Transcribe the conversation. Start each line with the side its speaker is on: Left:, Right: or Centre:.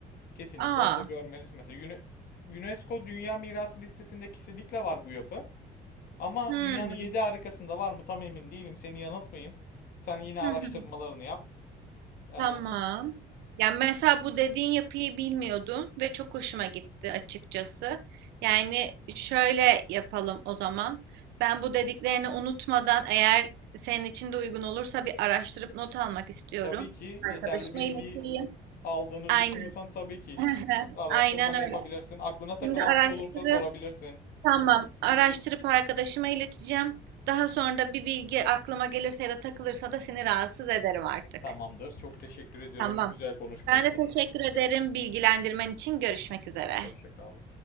Left: Kesinlikle
Right: Aa.
Left: onu da görmelisin. Mesela Uni- UNESCO Dünya Mirası listesinde kesinlikle var bu yapı. Ama
Right: Hı
Left: dünyanın 7 harikasında var mı tam emin değilim. Seni yanıltmayayım. Sen yine araştırmalarını
Right: hı. hı.
Left: yap.
Right: Tamam.
Left: E,
Right: Yani mesela bu dediğin yapıyı bilmiyordum ve çok hoşuma gitti açıkçası. Yani şöyle yapalım o zaman. Ben bu dediklerini unutmadan eğer senin için de uygun olursa bir araştırıp not almak istiyorum.
Left: Tabii ki yeterli
Right: Arkadaşıma
Left: bilgiyi
Right: ileteyim.
Left: aldığını
Right: Aynen.
Left: düşünüyorsan tabii ki
Right: <laughs>
Left: araştırmanı
Right: Aynen öyle.
Left: yapabilirsin. Aklına takılan
Right: Şimdi araştırıp
Left: bir şey olursa sorabilirsin.
Right: tamam araştırıp arkadaşıma ileteceğim. Daha sonra da bir bilgi aklıma gelirse ya da takılırsa da seni rahatsız ederim artık.
Left: Tamamdır. Çok teşekkür ediyorum
Right: Tamam.
Left: bu güzel konuşma
Right: Ben
Left: için.
Right: de teşekkür ederim bilgilendirmen için. Görüşmek üzere.
Left: Hoşça kal.